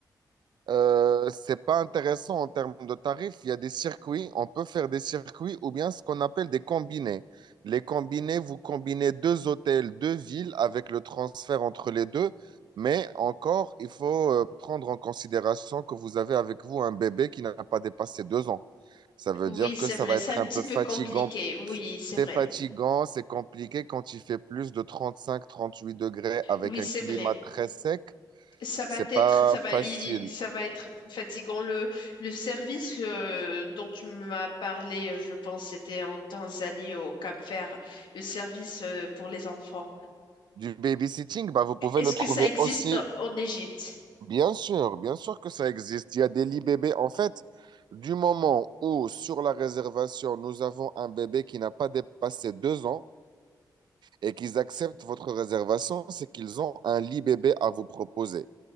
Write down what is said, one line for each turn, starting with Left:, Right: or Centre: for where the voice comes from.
Right: Euh, c'est pas intéressant en termes de tarifs. Il y a des circuits, on peut faire des circuits ou bien ce qu'on appelle des combinés. Les combinés, vous combinez deux hôtels, deux villes avec le transfert entre les deux, mais encore, il faut euh, prendre en considération que vous avez avec vous un bébé qui n'a pas dépassé deux ans. Ça veut
Left: Oui,
Right: dire
Left: c'est
Right: que ça
Left: vrai,
Right: va
Left: c'est
Right: être
Left: un
Right: un
Left: petit
Right: peu
Left: peu
Right: fatigant.
Left: compliqué. Oui, c'est
Right: C'est
Left: vrai.
Right: fatigant, c'est compliqué quand il fait plus de trente cinq trente huit degrés avec
Left: Oui,
Right: un
Left: c'est
Right: climat
Left: vrai.
Right: très sec.
Left: Ça va
Right: C'est
Left: être
Right: pas
Left: ça va
Right: facile.
Left: i- i- ça va être fatigant. Le le service euh, dont tu m'as parlé, euh, je pense, c'était en Tanzanie, au Cap-Vert, le service euh, pour les enfants.
Right: Du babysitting, bah, vous pouvez
Left: Est-ce
Right: le trouver
Left: que ça existe
Right: aussi,
Left: en Égypte?
Right: bien sûr, bien sûr que ça existe. Il y a des lits bébés. En fait, du moment où sur la réservation, nous avons un bébé qui n'a pas dépassé deux ans et qu'ils acceptent votre réservation, c'est qu'ils ont un lit bébé à vous proposer.